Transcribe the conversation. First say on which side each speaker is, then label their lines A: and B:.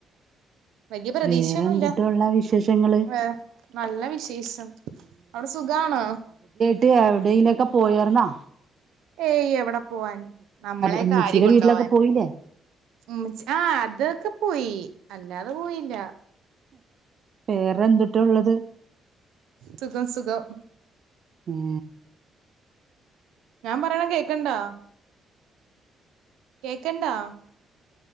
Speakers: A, on the right; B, on the right.
A: വലിയ പ്രതീക്ഷയൊന്നുല്ല
B: വേറെന്തുട്ടാ ഉള്ള വിശേഷങ്ങള്
A: ഏ നല്ല വിഷ് <unintelligible> അവിടെ സുഖണോ
B: എവിടനൊക്കെ പോയരുന്നാ
A: ഏയ് എവിടെ പോവാൻ നമ്മളെക്കൊര്യ
B: ഉമ്മച്ചിയുടെ
A: കൊണ്ടോവാൻ
B: വീട്ടിലൊക്കെ പോയില്ലേ
A: ഉം ആ അതൊക്കെ പോയി അല്ലാതെ പോയില്ല
B: പേറെന്തിട്ട ഉള്ളത്
A: സുഖം സുഖം
B: ഉം
A: ഞാൻ പറയണം കേക്കണ്ടാ കേക്കണ്ടാ